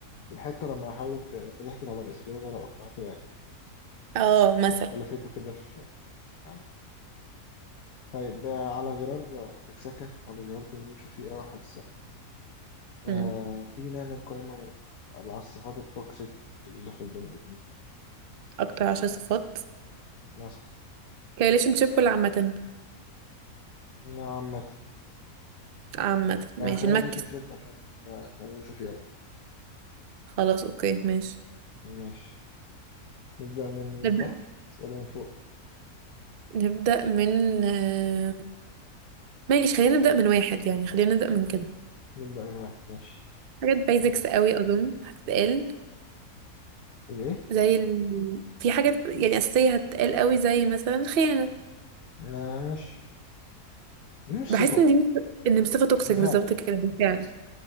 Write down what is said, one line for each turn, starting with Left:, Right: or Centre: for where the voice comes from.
Left: الحتة لما حاولت لما ضحكت على رئيس الوزراء وأقنعته يعني
Right: اه مثلا
Left: بلفته كده في آه. طيب آه، على غرار التكسكة وعلى غرار تيمور وشفيقة واحد آه،
Right: أمم.
Left: تيجي نعمل قائمة من على الصفات التوكسيك اللي في البني آدمين
Right: اكتر عشر صفات
Left: مثلا
Right: كريليشن شيب ولا عامه
Left: عامة
Right: عامة ماشي
Left: آه، خلينا
Right: نمكس
Left: ريليشن شيب عشان ما تعملوش فيه أوي
Right: خلاص اوكي ماشي
Left: ماشي نبدأ من
Right: نبدأ
Left: تحت ولا من فوق
Right: نبدأ من آه، ماشي خلينا نبدأ من واحد يعني خلينا نبدأ من كده
Left: نبدأ من واحد ماشي
Right: حاجات بايزكس
Left: آه،
Right: قوي أظن هتتقال
Left: الإيه؟
Right: زي ال... في حاجات يعني أساسية هتتقال قوي زي مثلا الخيانة
Left: آه مش دي مش
Right: بحس
Left: صفة
Right: ان دي مس- ان صفة توكسيك
Left: ده فعل
Right: بالظبط كده بالفعل